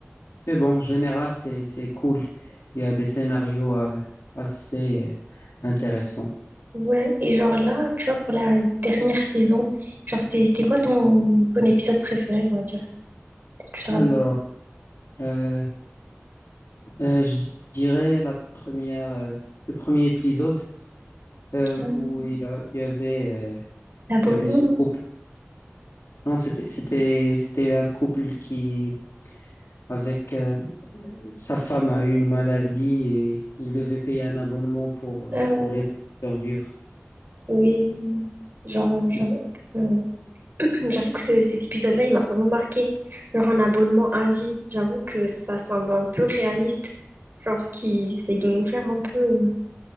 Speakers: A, on the left; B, on the right.
A: mais bon, en général, c'est, c'est cool. Il y a des scénarios euh, assez euh, intéressants.
B: Ouais, et genre là, tu vois, pour la dernière saison, genre c'est- c'était quoi ton, ton épisode préféré, on va dire? Si Tu te
A: Alors,
B: rappelles?
A: euh, euh, je dirais la première, euh, le premier épisode. euh,
B: Euh,
A: où il y, a- il y avait, euh,
B: L'abonnement?
A: il y avait ce couple. Non, c'était, c'était, c'était un couple qui, avec euh, sa femme, a eu une maladie et il devait payer un abonnement pour, euh,
B: Ah ouais,
A: pour l'aider à survivre.
B: oui, oui. Genre, euh, j'avoue
A: Tu-
B: que, <clears throat> j'avoue que ce- cet épisode-là, il m'a vraiment marqué. Genre un abonnement à vie, j'avoue que ça semble un peu réaliste. Genre ce qu'ils essayent de nous faire un peu. euh.